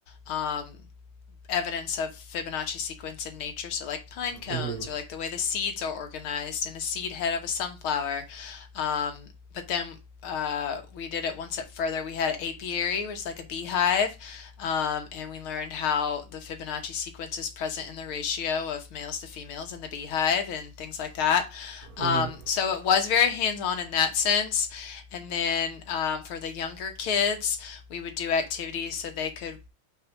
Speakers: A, on the left; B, on the right.
A: um, evidence of Fibonacci sequence in nature. So, like pine cones,
B: Mm hmm.
A: or like the way the seeds are organized in a seed head of a sunflower. Um, but then uh, we did it one step further. We had an apiary, which is like a beehive, um, and we learned how the Fibonacci sequence is present in the ratio of males to females in the beehive and things like that. Um,
B: Mm
A: so it was very hands on in that sense. And then um, for the younger kids, we would do activities so they could